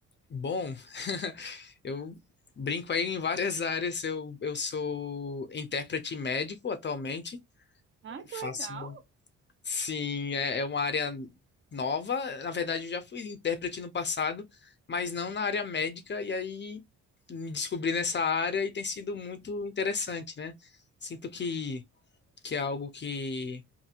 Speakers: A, on the left; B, on the right.
A: Bom, <laughs> eu brinco aí em várias áreas. Eu, eu sou intérprete médico atualmente.
B: Ah, que
A: Faço.
B: legal!
A: Sim, é, é uma área nova. Na verdade, eu já fui intérprete no passado, mas não na área médica. E aí me descobri nessa área e tem sido muito interessante, né? Sinto que, que é algo que